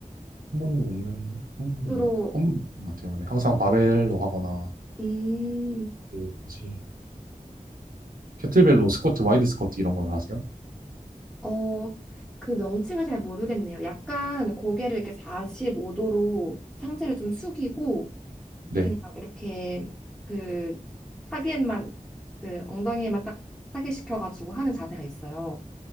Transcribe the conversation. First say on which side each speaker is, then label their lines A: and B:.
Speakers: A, on the right; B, in the centre.
A: 한 번도 없는, 한 번도
B: 주로
A: 없나? 한 번도 없는 것 같아요. 네. 항상 바벨로 하거나,
B: 음,
A: 그, 뭐지, 캐틀벨로 스쿼트, 와이드 스쿼트 이런 걸 하세요?
B: 어, 그 명칭을 잘 모르겠네요. 약간 고개를 이렇게 45도로 상체를 좀 숙이고
A: 네.
B: 그냥 이렇게 그 타겟만 그 엉덩이에만 딱 타겟시켜가지고 하는 자세가 있어요.